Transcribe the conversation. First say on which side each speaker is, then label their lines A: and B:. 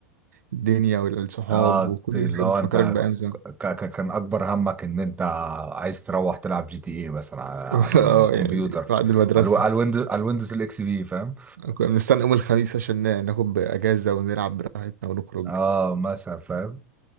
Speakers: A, on the right; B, on the right.
A: والدنيا والصحاب
B: اه
A: وكل
B: ت- اللي
A: حاجه
B: هو
A: بتفكرك
B: انت
A: بايام زمان
B: ك- ك- كان اكبر همك ان انت عايز تروح تلعب جي تي ايه مثلا على على
A: <laughs> اه
B: الكمبيوتر
A: يعني بعد المدرسة
B: على الو- على الويندوز على الويندوز الاكس بي فاهم
A: كنا بنستنى يوم الخميس عشان نا- ناخد اجازه ونلعب براحتنا ونخرج
B: اه مثلا فاهم